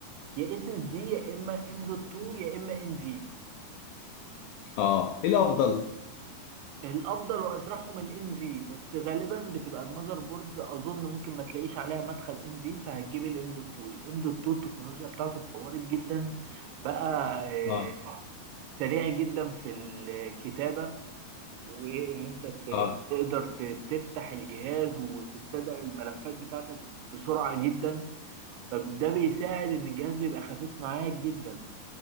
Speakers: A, on the right (about 85°); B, on the left (about 85°).
A: يا اس اس دي يا اما ام دوت 2 يا اما ان في
B: اه ايه الافضل
A: الافضل واسرعهم الان في بس غالبا بتبقى المذر بورد اظن ممكن ما تلاقيش عليها مدخل ان في فهتجيب الام دوت 2 الام دوت 2 التكنولوجيا بتاعته اتطورت جدا بقى آه،
B: اه
A: سريع جدا في الكتابه وان انت ت-
B: اه
A: تقدر ت- تفتح الجهاز وتستدعي الملفات بتاعتك بسرعه جدا فده بيساعد ان الجهاز بيبقى خفيف معاك جدا